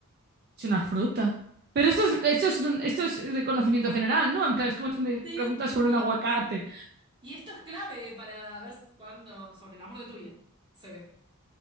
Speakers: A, on the right (about 40°); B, on the right (about 20°).
A: Es una fruta. Pero esto es, esto es, esto es de conocimiento general, ¿no? En plan, es como si me preguntas
B: Sí,
A: sobre
B: pi.
A: un aguacate.
B: Y esto es clave para ver cuándo, sobre el amor de tu vida, se ve.